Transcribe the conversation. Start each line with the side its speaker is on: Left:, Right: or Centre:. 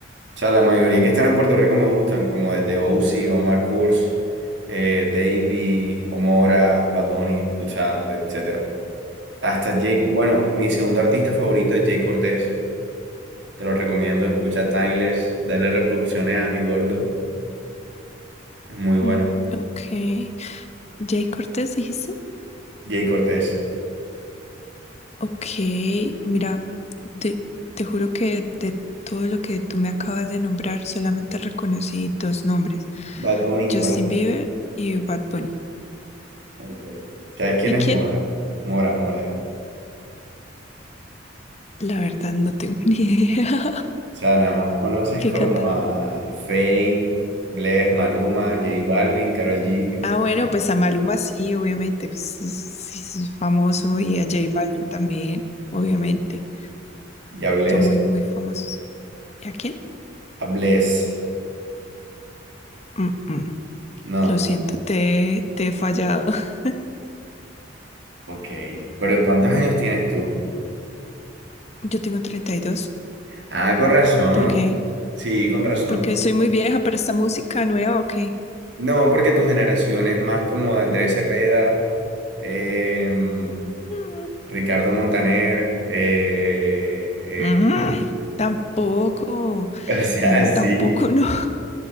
Right: O sea, la mayoría que están en Puerto Rico me gustan, como desde Ozzy, Omar Kurz, eh, Davey, Omora, Bad Bunny, o sea, de- etcétera. Hasta Jake, bueno, mi segundo artista favorito es Jay Cortés. Te lo recomiendo, escucha Timeless, dale reproducciones a mi gordo. Es muy bueno.
Left: Mm, Ok. Jay Cortés, dijiste.
Right: Jay Cortés,
Left: Ok, mira, de- te juro que de todo lo que tú me acabas de nombrar, solamente reconocí dos nombres.
Right: Bad Bunny, Mora.
Left: Justin Bieber y Bad Bunny.
Right: Ok. ¿Sabes quién
Left: ¿Y
Right: es
Left: quién?
Right: Mora? Mora, Mora.
Left: La verdad no tengo ni idea.
Right: O sea, nada más conoces
Left: <laughs> ¿Qué
Right: como
Left: canta?
Right: a Fate, Bless, Maluma, J Balvin, Karol G
Left: Ah, bueno, pues a Maluma sí, obviamente, pues es- sí es famoso y a J Balvin también, obviamente.
Right: y a Bless.
Left: Son muy, muy famosos. ¿Y a quién?
Right: A Bless.
Left: Mm, mm.
Right: No,
Left: Lo siento, te, te he fallado. <laughs>
Right: ok. Pero ¿cuántos años tienes tú?
Left: Yo tengo 32.
Right: Ah, con razón.
Left: ¿Por qué?
Right: Sí, con razón.
Left: Porque soy muy vieja para esta música nueva, ¿o qué?
Right: No, porque tu generación es más como de Andrés Cepeda, em,
Left: Mm,
Right: Ricardo Montaner, eh,
Left: Mm, Tampoco.
Right: eh, <laughs> o sea,
Left: No,
Right: sí.
Left: tampoco, <laughs> no.